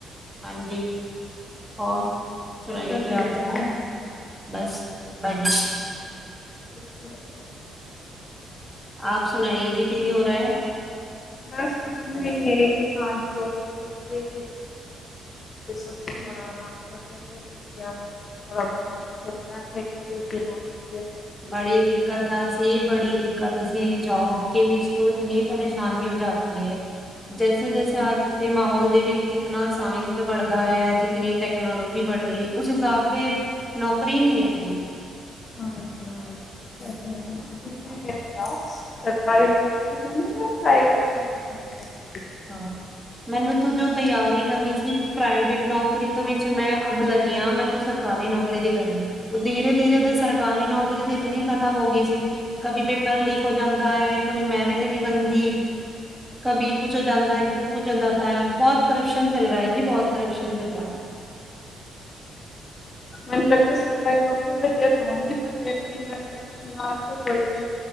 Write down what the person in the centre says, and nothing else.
ਹਾਂਜੀ ਹੋਰ ਸੁਣਾਈਏ
ਕੀ ਹਾਲ
ਚਾਲ ਹੈ? ਬਸ ਬਡੀ
ਆਪ ਸੁਣਾਈਏ ਜੀ ਕੀ ਹੋ ਰਿਹਾ ਹੈ।
ਬੜੀ ਦਿੱਕਤ ਆ ਸੀ ਬੜੀ ਦਿੱਕਤ ਅ ਸੀ ਜੋਬ ਕੇ ਵਿੱਚ ਇਤਨੀ ਪਰੇਸ਼ਾਨ ਹੋ ਹੈ ਜੈਸੇ
ਜੈਸੇ, ਅੱਜ ਦੇ ਮਾਹੌਲ ਦੇ ਵਿੱਚ ਜਿਤਨਾਂ ਸਾਇੰਸ ਬੜਦਾ ਹੈ। ਜਿਤਨੀ ਟੈਕਨੋਲੋਜੀ ਬੜ ਰਹੀ ਹੈ ਉਸ ਹਿਸਾਬ ਦੇ ਨੌਕਰੀ ਨੀਂ ਹੈਗੀ।
ਹਾਂ, ਮੈਨੂੰ ਤੂੰ ਜੋ ਤਿਆਰੀ ਕਰੀ ਸੀ ਪ੍ਰਾਈਵੇਟ ਨੌਕਰੀ ਤੋਂ ਵਿੱਚ ਮੈਂ ਅੱਬ ਲੱਗਿਆ ਮੈਂ ਤੂੰ ਸਰਕਾਰੀ ਨੌਕਰੀ ਦੀ ਕਰਹੀ ਉਹ ਧੀਰੇ ਧੀਰੇ ਦੇ ਸਰਕਾਰੀ ਨੌਕਰੀ ਦੀ ਇਤਨੀ ਖ਼ਤਮ ਹੋ ਗਈ ਸੀ ਕਬੀ ਪੇਪਰ ਲੀਕ ਹੋ ਜਾਂਦਾ ਹੈ ਕਬੀ ਮੈਰਿਟ ਨੀ ਬੰਦੀ ਕਭੀ ਕੁਛ ਹੋ ਜਾਂਦਾ ਹੈ, ਕਭ ਕੁਛ ਹੋ ਜਾਂਤਾ ਹੈ। ਬਹੁਤ ਕਰਪਸ਼ਨ ਚੱਲ ਰਿਹਾ ਹੈ ਜੀ ਬਹੁਤ ਕਰਪਸ਼ਨ ਚੱਲ ਰਿਹਾ ਹੈ।